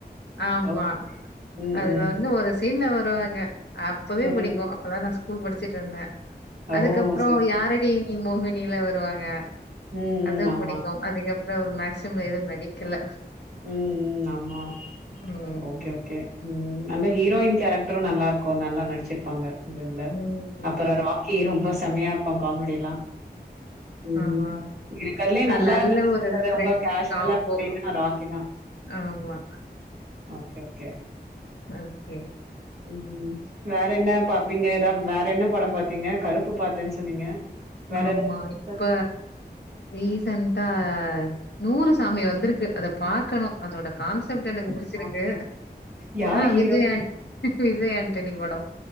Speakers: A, on the left (about 80°); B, on the right (about 65°).
A: ஆமா
B: ஓ ம்
A: அதுல
B: ம்
A: வந்து ஒரு சீன்ல வருவாங்க அப்பவே பிடிக்கும்
B: ம்
A: அப்பதா நா சொ கூல் படிச்சிட்டு இருந்தே
B: ஓ
A: அதுக்கப்பறம்
B: சரி சரி
A: யாரடி நீ மோகின் நீல வருவாங்க
B: ம்
A: அதும்
B: ம் ஆமா
A: பிடிக்கும் அதிகம் அ ஒரு மேக்சிம் எதுவு நடிக்கல
B: ம்ம் ஆமா
A: ம்.
B: ஓகே ஓகே ம்ம் அந்த ஹீரோயின் கேரக்டரு நல்லா இருக்கு நல்லா நடிச்சுருப்பாங்க இந்தல
A: ம்.
B: அப்பறம் ராக்கிரும் அப்ப சமயா இருகண காமெடி எல்லா ம்
A: ஆமா.
B: இருக்கிறதுலயே
A: அது
B: நல்லா
A: நல்ல
B: இருக்க
A: ஒரு ஃப்ரெண்ட்லி
B: ரொம்ப கேசுவவா
A: காம்போ.
B: அப்டின்னா ராக் கினா
A: ஆமா.
B: ஓகே ஓகே
A: ஓகே
B: ம் வேற <unintelligible> வேற என்ன படம் பாத்திங்க கரும்பு பாத்தேன்னு சொன்னீங்க வேற
A: ஆமா
B: ஏதாவது இருக்கா?
A: இப்ப ரீசன்டா ஹா நூறு சாமி வந்திருக்கு அத பாக்கணு அதோட கான்சப்ட் எனக்கு புடிச்சிருக்கு
B: சாமியா? யாரு
A: ஆ
B: ஹீரோ?
A: விஜய்அண் விஜய் ஆண்டனி பட